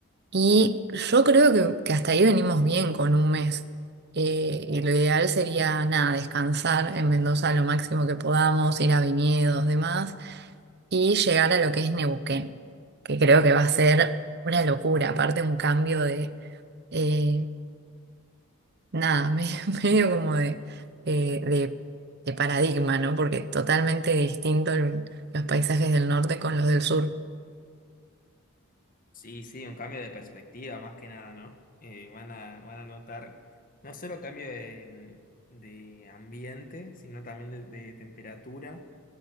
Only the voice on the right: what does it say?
y yo creo que, que hasta ahí venimos bien con un mes. Eh, y lo ideal sería, nada, descansar en Mendoza lo máximo que podamos, ir a viñedos, demás, y llegar a lo que es Neuquén, que creo que va a ser una locura, aparte un cambio de, eh, nada, <laughs> medio, medio como de, eh, de, de paradigma, ¿no? Porque totalmente distinto el- los paisajes del norte con los del sur.